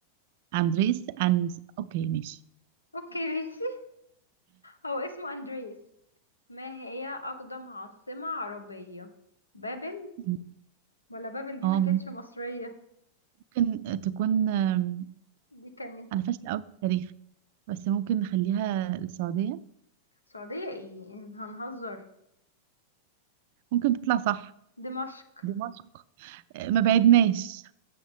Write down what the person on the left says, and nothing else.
اوكي ماشي هو اسمه اندريس ما هي اقدم عاصمه عربيه بابل
ولا بابل دي
ما كانتش مصريه
دي كانت
سعودية ايه هنهزر
دمشق